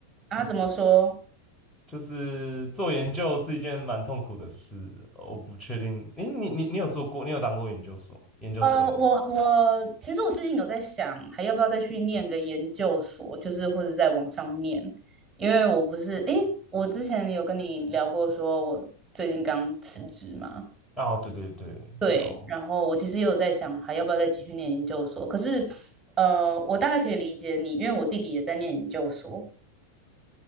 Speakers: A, on the right (about 15°); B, in the centre.
A: 啊，怎么说？
B: <laughs> 就是做研究是一件蛮痛苦的事。我不确定，诶，你你你有做过，你有当过研究所研究生吗？
A: 呃，我我其实我最近有在想，还要不要再去念个研究所，就是或者在网上念，因为我不是，诶，我之前有跟你聊过，说我最近刚辞职嘛，
B: 啊，对对对，
A: 对，
B: 有，
A: 然后我其实也有在想，还要不要再继续念研究所，可是，呃，我大概可以理解你，因为我弟弟也在念研究所，